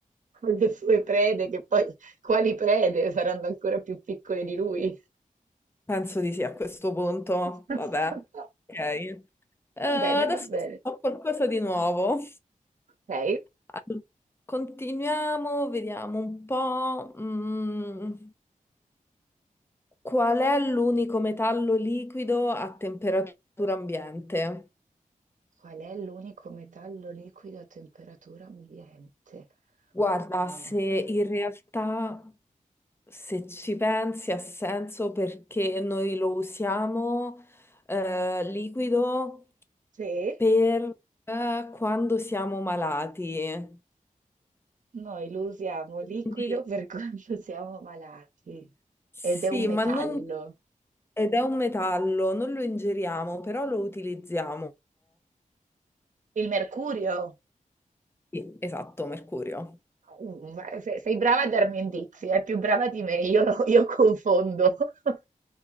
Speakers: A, on the right; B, on the left.
A: con le sue prede, che poi quali prede saranno ancora più piccole di lui.
B: Penso di sì a questo punto.
A: <laughs>
B: Vabbè, ok. Eh,
A: Va
B: adesso
A: bene, va bene.
B: ho qualcosa di nuovo.
A: Ok.
B: Allora, Continuiamo, vediamo un po'. mm, qual è l'unico metallo liquido a temperatura ambiente?
A: Qual è l'unico metallo liquido a temperatura ambiente?
B: Guarda,
A: Oh,
B: se in realtà, se ci pensi, ha senso perché noi lo usiamo eh, liquido
A: sì.
B: per eh, quando siamo malati. E
A: Noi lo usiamo liquido
B: quindi
A: per <laughs> quando siamo malati
B: Sì,
A: ed è un metallo.
B: ma non... Ed è un metallo, non lo ingeriamo, però lo utilizziamo.
A: Il mercurio?
B: Sì, esatto, mercurio.
A: Mm, ma se- Sei brava a darmi indizi, è più brava di me, io, lo- io confondo. <laughs>